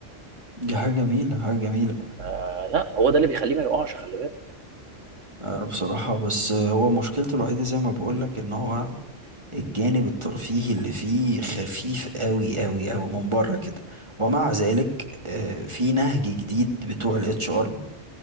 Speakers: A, on the right; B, on the right.
A: دي حاجة جميلة حاجة جميلة
B: آه، لا هو ده اللي بيخليه ما يقعش خلي بالك
A: آه، بصراحة بس آه، هو مشكلته الوحيدة زي ما بقولك ان هو الجانب الترفيهي اللي فيه خفيف قوي قوي قوي من بره كده ومع ذلك آه، في نهج جديد بتوع الاتش ار